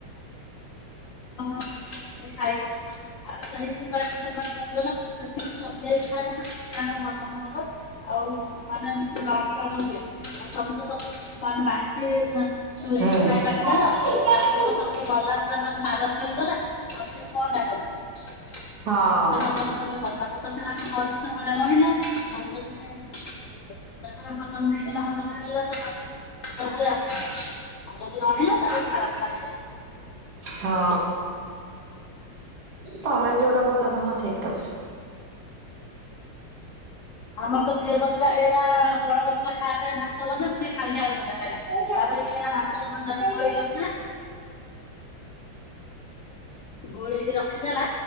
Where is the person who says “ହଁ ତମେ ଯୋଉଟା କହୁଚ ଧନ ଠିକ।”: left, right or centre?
Right